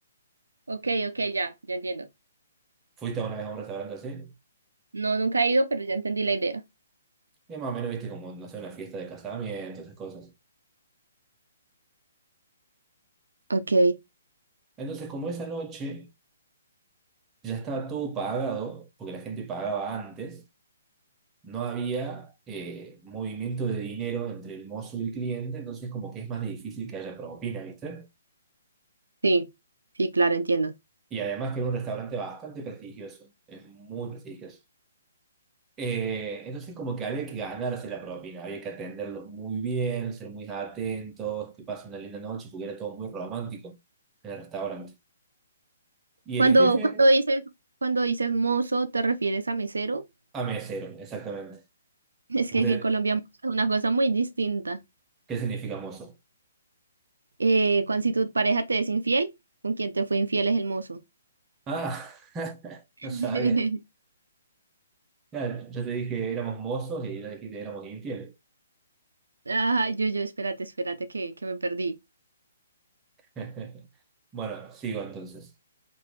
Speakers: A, on the right (about 75°); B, on the right (about 15°).
A: Ok, ok, ya, ya entiendo.
B: ¿Fuiste una vez a un restaurante así?
A: No, nunca he ido, pero ya entendí la idea.
B: Y más o menos viste como, no sé, una fiesta de casamiento, esas cosas.
A: Ok,
B: Entonces, como esa noche ya estaba todo pagado, porque la gente pagaba antes, no había eh, movimiento de dinero entre el mozo y el cliente, entonces como que es más difícil que haya propina, ¿viste?
A: sí, sí, claro, entiendo.
B: Y además que era un restaurante bastante prestigioso, es muy prestigioso. Eh, entonces como que había que ganarse la propina, había que atenderlos muy bien, ser muy atentos, que pasen una linda noche, porque era todo muy romántico en el restaurante. Y
A: Cuando,
B: el jefe
A: cuando dices, cuando dices mozo, ¿te refieres a mesero? <laughs>
B: a mesero, exactamente.
A: Es
B: ¿Usted
A: que aquí en Colombia mozo es una cosa muy distinta.
B: qué significa mozo?
A: Eh, cuando si tu pareja te es infiel, con quien te fue infiel es el mozo.
B: Ah, <laughs>
A: <laughs>
B: no sabía. Ya, yo te dije que éramos mozos y yo te dije que éramos infieles.
A: Ay, yo, yo, espérate, espérate, que, que me perdí.
B: <laughs> Bueno, sigo entonces.